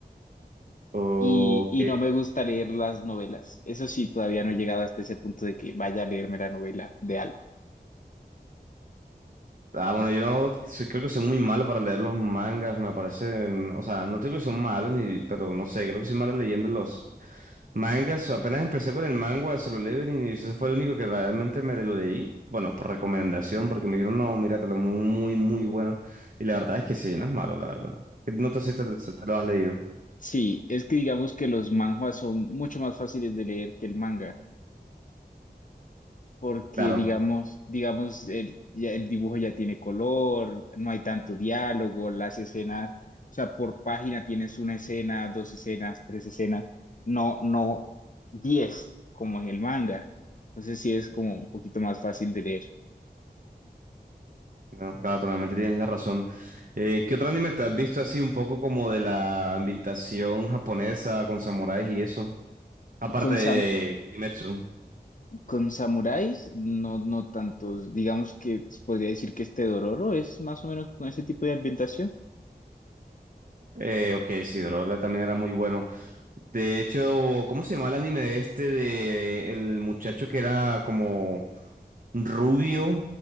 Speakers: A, on the right; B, on the left.
A: Ok.
B: Y, y no me gusta leer las novelas. Eso sí, todavía no he llegado hasta ese punto de que vaya a leerme la novela de algo.
A: Ah, bueno, yo no soy- creo que soy muy malo para leer los mangas, me parecen, o sea, no creo que son malos, ni, pero no sé, creo que soy malo leyendo los mangas. Apenas empecé con el manga, se lo leo y eso fue lo único que realmente me lo leí. Bueno, por recomendación, porque me dijeron, no, míratelo, es muy, muy bueno. Y la verdad es que sí, no es malo, la verdad. No te sé si te, si te lo has leído.
B: Sí, es que digamos que los manhwas son mucho más fáciles de leer que el manga, porque
A: Claro,
B: digamos, digamos, el, ya el dibujo ya tiene color, no hay tanto diálogo, las escenas, o sea, por página tienes una escena, dos escenas, tres escenas, no, no diez, como en el manga. Entonces sí es como un poquito más fácil de leer.
A: no, claro, totalmente tienes la razón. Eh, ¿qué otro anime te has visto así un poco como de la ambientación japonesa con samuráis y eso? Aparte
B: Con,
A: de
B: sam-
A: Kimetsu.
B: con samuráis, no, no tantos. Digamos que podría decir que este Dororo es más o menos con ese tipo de ambientación.
A: Eh, ok, sí, Drola también era muy bueno. De hecho, ¿cómo se llama el anime de este de el muchacho que era como rubio?